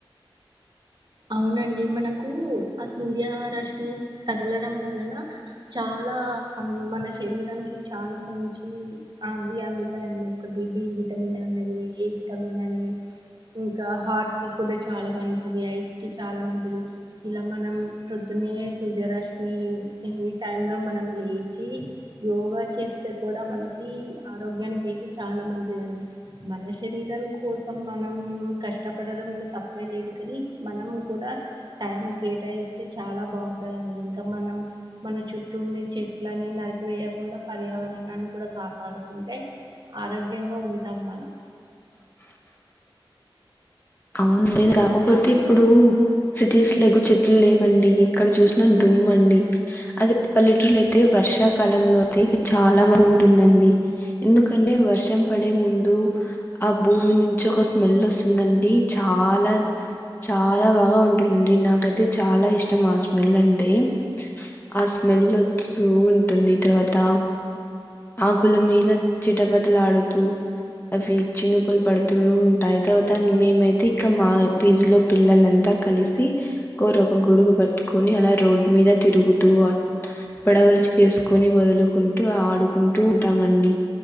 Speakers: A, on the right; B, on the left.
A: అవునండి మనకు ఆ సూర్య రశ్మి తగలడం వలన చా చాలా మన శరీరానికి చాలా మంచి అవి అందుతాయండి ఒకటి డివి విటమిన్ అనేది ఏ విటమిన్ అని ఇంకా హార్ట్కి కూడా చాలా మంచిది ఐస్ చాలా మంచిది ఇలా మనం పొద్దున్నే సూర్యరశ్మి ఈ టైంలో మన మనం లేచి యోగా చేస్తే కూడా మనకి ఆరోగ్యానికి అయితే చాలా మంచిదిం మన శరీరాం కోసం మనం కష్టపడడంలో తప్పే లేదు కాని మనం కూడా టైం కేటాయిస్తే చాలా బాగుంటదండి ఇంకా మనం మన చు చటుండే చెట్లని నరికి వేయకుండా పర్యావరణాన్ని కూడా కాపాడుకుంటే ఆరోగ్యంగా ఉంటాం మనం
B: <inaudible> అవును కాకపోతే ఇప్పుడు సిటీస్లో ఎక్కువ చెట్లు లేవండి ఎక్కడ చూసినా దూ అండి అది పల్లెటూర్లో అయితే వర్షాకాలంలో అయితే ఇక చాలా బాగుంటుందండి ఎందుకంటే వర్షం పడే ముందు ఆ భూమి నుంచి ఒక స్మెల్ వస్తుందండి చాలా చాలా బాగా ఉంటుందండి నాకైతే చాలా ఇష్టం ఆ స్మెల్ అంటే ఆ స్మెల్ వచ్చూ ఉంటుంది తర్వాత ఆకుల మీద చిటపటలా ఆడుతూ అవి చినుకులు పడుతూ ఉంటాయి తర్వాత మేమై ఇక మ వీధిలో పిల్లలంతా కలిసి కోరు ఒక గొడుగు పట్టుకొని అలా రోడ్ మీద మీద తిరుగుతుఆ పడవలు చేసుకొని వదులుకుంటూ ఆడుకుంటూ ఉంటామండి